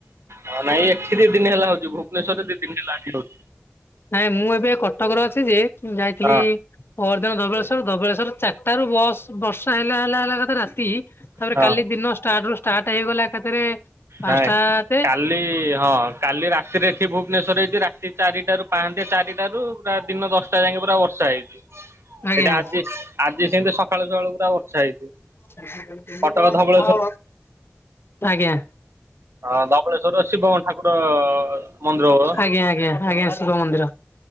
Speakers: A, on the right; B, on the left.
A: ହଁ ନାଇଁ ଏଠି ଦି ଦିନ ହେଲା ହଉଛି ଭୁବନେଶ୍ୱରରେ ଦି ଦିନ ହେଲା ଏଠି ହଉ
B: ନାଇଁ ମୁଁ ଏବେ କଟକରେ ଅଛି ଯେ ଯାଇଥିଲି
A: ହଁ
B: ପରଦିନ ଧବଳେଶ୍ଵର ଧବଳେଶ୍ଵର ଚାରିଟାରୁ ବସ୍ ବର୍ଷା ହେଲା ହେଲା ହେଲା ଏକାତରେ ରାତି ତାପରେ
A: ହଁ।
B: କାଲି ଦିନ ଷ୍ଟାଟ ରୁ ଷ୍ଟାର୍ଟ ହେଇଗଲା ଏକାଥରେ ପାଞ୍ଚଟା
A: ନାଇଁ
B: ତେ
A: କାଲି ହଁ କାଲି ରାତିରେ ଏଠି ଭୁବନେଶ୍ୱର ହେଇଛି ରାତି ଚାରିଟାରୁ ପାହାନ୍ତିଆ ଚାରିଟାରୁ ପୁରା ଦିନ ଦଶଟା ଯାଙ୍କେ ପୁରା ବର୍ଷା ହେଇଛି।
B: ଆଜ୍ଞା
A: ଏଟା ଆଜି ଆଜି ସେମିତି ସକାଳୁ ସକାଳୁ ପୁରା ବର୍ଷା ହେଇଛି।
B: ତୁମେ
A: କଟକ
B: କଣ
A: ଧବଳେଶ୍ୱର
B: କଥାହବ ଆଜ୍ଞା।
A: ହଁ ଧବଳେଶ୍ୱର ଶିବଙ୍କ ଠାକୁର ମନ୍ଦିର ହ
B: ଆଜ୍ଞା ଆଜ୍ଞା ଆଜ୍ଞା ଶିବ ମନ୍ଦିର।